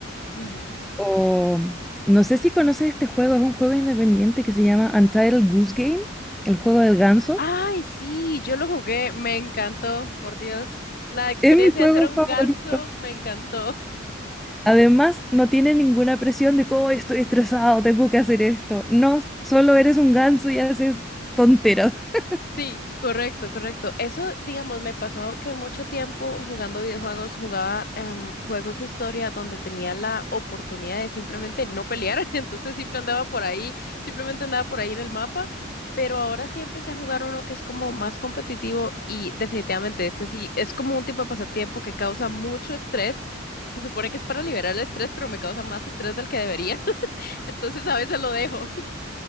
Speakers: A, on the left (about 50°); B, in the centre.
A: Ujú.
B: O no sé si conoces este juego, es un juego independiente que se llama Untitled Goose Game, el juego del ganso.
A: Ay, sí, yo lo jugué, me encantó, por Dios. La experiencia
B: Es mi juego
A: de ser un
B: favorito.
A: ganso me encantó.
B: Además, no tiene ninguna presión de que "Oh, estoy estresado, tengo que hacer esto. No, solo eres un ganso y haces tonteras. <laughs>
A: Sí, correcto, correcto. Eso, digamos, me pasó que mucho tiempo jugando videojuegos, jugaba em, juegos de historia donde tenía la oportunidad de simplemente no pelear, <laughs> entonces siempre andaba por ahí, simplemente andaba por ahí en el mapa, pero ahora sí empecé a jugar uno que es como más competitivo y definitivamente este sí es como un tipo de pasatiempo que causa mucho estrés. Se supone que es para liberar el estrés, pero me causa más estrés del que debería, <laughs> entonces a veces lo dejo.